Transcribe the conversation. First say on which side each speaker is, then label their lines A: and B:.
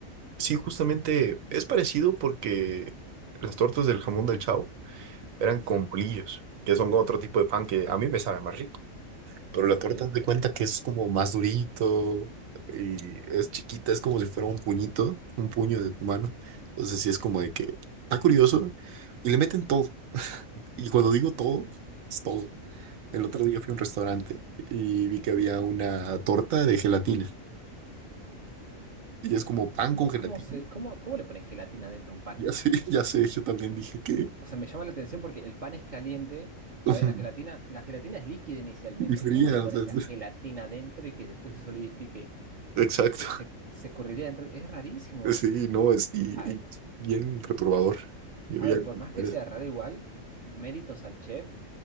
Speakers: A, on the right (about 75°); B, on the right (about 40°).
A: Sí, justamente es parecido porque las tortas del jamón del Chao eran
B: Sí,
A: con bolillos, que son otro tipo de pan que a mí me sabe más rico. Pero la
B: ok,
A: torta
B: es
A: haz de cuenta que es como más durito y es chiquita, es como si fuera un puñito, un puño de tu mano. Entonces sí es como de que está curioso y le meten todo. Y cuando digo todo, es todo. El otro
B: todo.
A: día fui a un restaurante y vi que había una torta de gelatina. Y es como pan
B: ¿Cómo,
A: con gelatina.
B: cómo se, cómo, cómo le pones gelatina dentro a un pan?
A: Ya sé, <laughs> ya sé, yo también dije que...
B: O sea, me llama la atención porque el pan es caliente, está
A: <laughs>
B: bien, la gelatina, la gelatina es líquida inicialmente.
A: Y fría,
B: ¿Cómo le pones
A: o sea, es-
B: la gelatina dentro y que después se solidifique?
A: Exacto.
B: Se, se, se escurriría dentro. Es rarísimo.
A: Sí, no, es, y,
B: A ver,
A: y es bien perturbador. Yo
B: a
A: ya
B: ver,
A: no
B: por
A: puedo
B: más
A: comer
B: que sea
A: eso.
B: raro igual, méritos al chef,